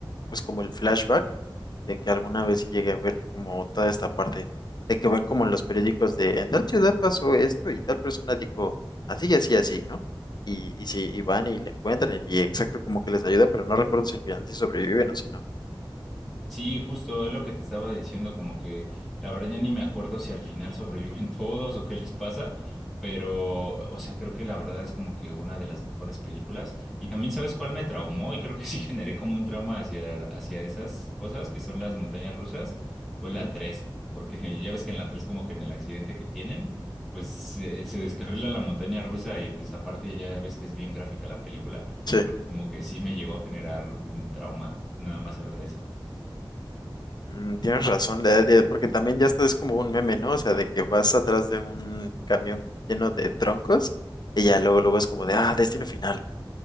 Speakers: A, on the left; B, in the centre.
A: pues como el flashback de que alguna vez sí llegué a ver como toda esta parte, de que ven como en los periódicos de, en tal ciudad pasó esto y tal persona dijo, así, y así, así, ¿no? Y, y sí, y van y le encuentran y, y exacto como que les ayuda, pero no recuerdo si al final sí sobreviven o si no.
B: Sí, justo es lo que te estaba diciendo, como que la verdad ya ni me acuerdo si al final sobreviven <laughs> todos o qué les pasa, pero o sea, creo que la verdad es como que una de las mejores películas. Y también sabes cuál me traumó y creo que sí <laughs> generé como un trauma hacia, hacia esas cosas que son las montañas rusas, fue la
A: Mm,
B: 3, porque <laughs> ya ves que en la 3 como que en el accidente que tienen, pues se, se descarrila la montaña rusa y pues aparte ya ves que es bien gráfica la película,
A: Sí,
B: creo que como que sí me llegó a generar un trauma nada más saber de eso.
A: Mm, tienes razón, la de- porque también ya estás es como un meme, ¿no? O sea, de que vas atrás de un camión lleno de troncos y ya luego luego es como de, ah, destino final.